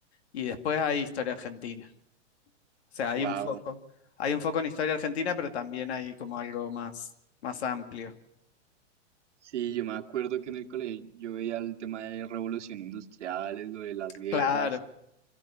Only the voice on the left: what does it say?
y después hay historia argentina, o sea, hay
un foco, hay un foco en historia argentina, pero también hay como algo más, más amplio.
Claro.